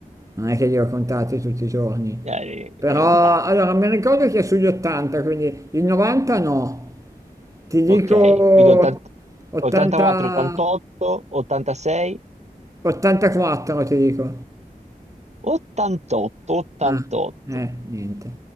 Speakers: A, on the right; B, on the right.
A: non è che li ho contati tutti i giorni,
B: Eh,
A: Però
B: eh, eh, dai.
A: allora mi ricordo che è sugli 80, quindi il 90 no. Ti dico
B: Ok, quindi 80
A: 80,
B: 84, 88, 86,
A: 84, ti dico.
B: 88, 88.
A: Ah, eh, niente.